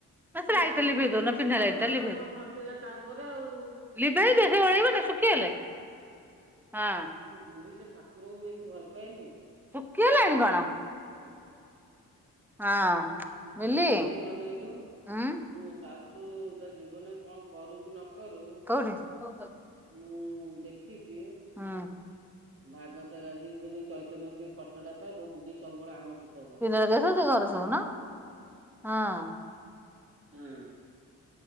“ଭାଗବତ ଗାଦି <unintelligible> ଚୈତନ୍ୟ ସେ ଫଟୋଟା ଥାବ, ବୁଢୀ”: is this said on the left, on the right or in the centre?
Right